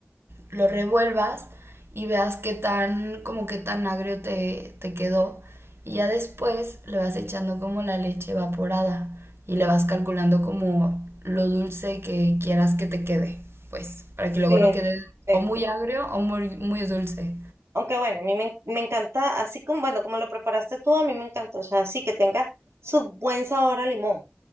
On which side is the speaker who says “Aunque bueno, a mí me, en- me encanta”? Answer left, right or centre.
Right